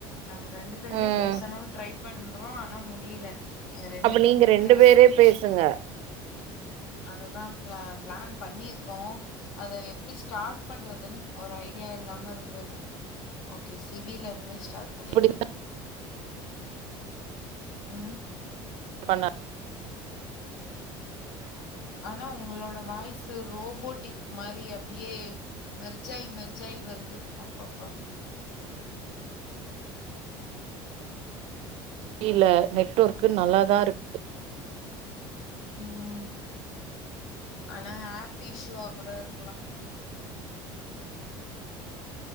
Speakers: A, on the left; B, on the right.
A: நாங்க ரெண்டு பேருமே
B: ம்
A: பேசணும்னு ட்ரைப் பண்றோம் ஆனா முடியல எங்க ரெண்டு
B: அப்ப
A: பேருக்குமே
B: நீங்க ரெண்டு
A: தேவைப்படுது
B: பேரே பேசுங்க
A: அதுதான் ப பிளான் பண்ணிருக்கோம் அதை எப்படி ஸ்டார்ட் பண்றதுன்னு ஒரு ஐடியா இல்லாம இருந்தது ஓகே சிவில இருந்து ஸ்டார்ட் பண்ணிருவோம்
B: இப்படி
A: ஆ
B: பண்ணாரு
A: ஆனா உங்களோட வாய்ஸ் ரோபோட்டிக் மாதிரி அப்படியே மெர்ஜாய் மெர்ஜாய் வருது அப்பப்போ
B: தெரில நெட்ஒொர்க்கு நல்லாதான் இருக்கு
A: ம் ஆனா ஹாப்பி இஷூவா கூட இருக்கலாம்